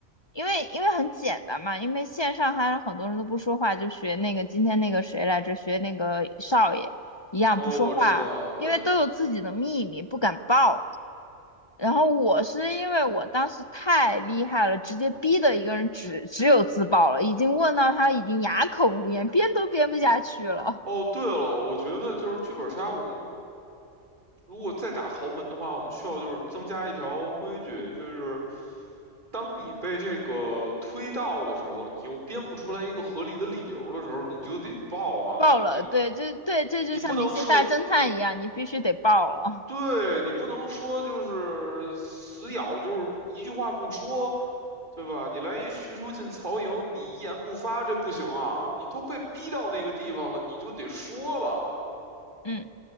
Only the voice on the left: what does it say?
因为因为很简单嘛，因为线上还有很多人都不说话，就学那个今天那个谁来着，学那个少爷一样不说话，
因为都有自己的秘密，
不敢报。然后我是因为我当时太厉害了，直接逼的一个人只只有自爆了，已经问到他已经哑口无言，编都编不下去了，
爆了。
对，这对这就像明星大侦探一样，
你必须得爆了。
嗯，